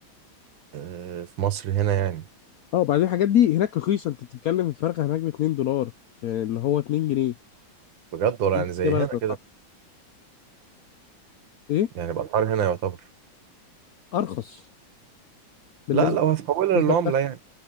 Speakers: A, on the right; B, on the left.
A: آه، في مصر هنا يعني
B: اه وبعدين الحاجات دي هناك رخيصه انت بتتكلم الفرق هناك ب 2 دولار يعني اللي هو 2 جنيه
A: بجد ولا
B: إيه
A: يعني زي
B: يا بلد
A: هنا كده
B: صح ايه
A: يعني الاسعار هنا يعتبر
B: ارخص بالنسبه
A: لا لو هتحولها
B: بالنسبه
A: للعمله
B: لدخلك
A: يعني